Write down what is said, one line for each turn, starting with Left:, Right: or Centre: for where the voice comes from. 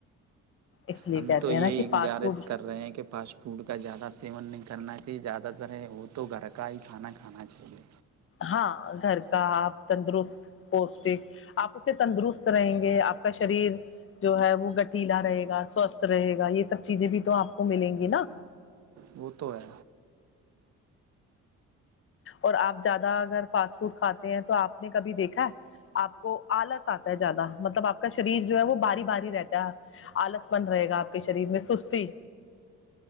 Left: اس لیے
Right: ہم
Left: کہتے
Right: تو یہی
Left: ہیں نا کہ فاسٹ
Right: گزارش
Left: فوڈ
Right: کر رہے ہیں کہ فاسٹ فوڈ کا زیادہ سیون نہیں کرنا زیادہ تر ہے وہ تو گھر کا ہی کھانا کھانا چاہیے
Left: ہاں گھر کا آپ تندرست پوشٹک آپ اس سے تندرست رہیں گے آپ کا شریر جو ہے وہ گٹھیلا رہے گا سوستھ رہے گا یہ سب چیزیں بھی تو آپ کو ملیں گی نا
Right: وہ تو ہے
Left: اور آپ زیادہ اگر فاسٹ فوڈ کھاتے ہیں تو آپ نے کبھی دیکھا ہے آپ کو آلس آتا ہے زیادہ مطلب آپ کا شریر جو ہے وہ باری باری رہتا ہے آلس بن رہے گا آپ کے شریر میں سستی